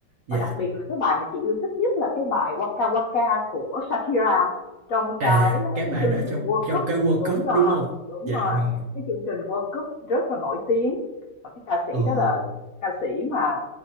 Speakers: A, on the right (about 65°); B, on the left (about 65°).
A: Dạ.
B: và đặc biệt là cái bài mà chị yêu thích nhất là cái bài Waka Waka của Shakira trong cái
A: À, cái
B: cái
A: bài
B: chương
A: đó
B: trình
A: trong
B: World
A: trong
B: Cup
A: cái World
B: đúng
A: Cup
B: rồi
A: đúng không?
B: đúng
A: Dạ
B: rồi
A: rồi.
B: cái chương trình World Cup rất là nổi tiếng và cái ca sĩ
A: Ờ.
B: đó là ca sĩ mà